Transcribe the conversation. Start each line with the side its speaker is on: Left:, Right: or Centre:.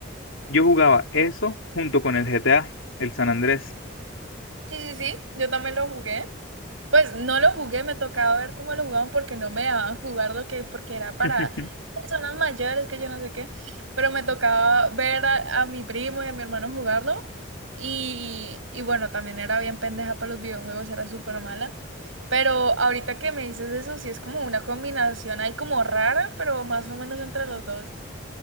Left: yo jugaba eso junto con el GTA, el San Andrés.
Right: Sí, sí, sí, yo también lo jugué. Pues no lo jugué, me tocaba ver cómo lo jugaban porque no me dejaban jugar lo que, porque era
Left: <laughs>
Right: para personas mayores, que yo no sé qué, pero me tocaba ver a, a mi primo y a mi hermano jugarlo y, y bueno, también era bien pendeja para los videojuegos, era súper mala, pero ahorita que me dices eso, sí es como una combinación ahí como rara, pero más o menos entre los dos.